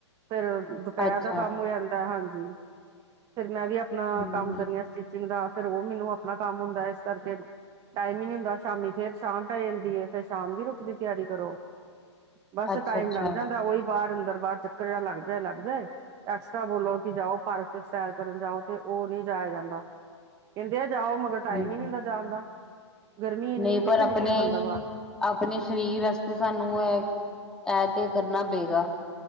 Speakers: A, on the right; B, in the centre.
A: ਫੇਰ ਦੁਪਹਿਰ
B: ਅੱਛਾ, ਅੱਛਾ,
A: ਦਾ ਕੰਮ ਹੋ ਜਾਂਦਾ ਹਾਂਜੀ ਫੇਰ ਮੈਂ ਵੀ ਆਪਣਾ
B: ਹੂੰ,
A: ਕੰਮ ਕਰੀਆਂ ਸਟਿਚਿੰਗ ਦਾ ਫੇਰ ਉਹ ਮੈਨੂੰ ਆਪਣਾ ਕੰਮ ਹੁੰਦਾ ਇਸ ਕਰਕੇ ਟਾਈਮ ਹੀ ਨਹੀਂ ਹੁੰਦਾ ਸ਼ਾਮ ਫੇਰ ਸ਼ਾਮ ਪੈ ਜਾਂਦੀ ਹੈ ਫੇਰ ਸ਼ਾਮ ਦੀ ਰੋਟੀ ਦੀ ਤਿਆਰੀ ਕਰੋ। ਬਸ
B: ਅੱਛਾ,
A: ਟਾਈਮ
B: ਅੱਛਾ,
A: ਲੱਗ ਜਾਂਦਾ ਉਹੀ ਬਾਹਰ ਅੰਦਰ ਬਾਹਰ ਚੱਕਰ ਜਿਾ ਲੱਗ ਜਾਏ ਲੱਗ ਜਾਏ ਐਕਸਟਰਾ ਬੋਲੋ ਕਿ ਜਾਓ ਪਾਰਕ ਚ ਸੈਰ ਕਰਨ ਜਾਓ ਤੇ ਉਹ ਨੀ ਜਾਇਆ ਜਾਂਦਾ ਕਹਿੰਦੇ ਆ ਜਾਓ ਮਗਰ ਟਾਈਮ
B: ਹਾਂਜੀ।
A: ਹੀ ਨਹੀਂ ਹੁੰਦਾ ਜਾਣ ਦਾ ਗਰਮੀ ਇੰਨੀ
B: ਨਹੀਂ ਪਰ
A: ਕਿੱਥੇ
B: ਆਪਣੇ
A: ਨਿਕਲੇ ਬੰਦਾ ਬਾਹਰ
B: ਆਪਣੇ ਸਰੀਰ ਵਾਸਤੇ ਸਾਨੂੰ ਇਹ ਇਹ ਤੇ ਕਰਨਾ ਪਏਗਾ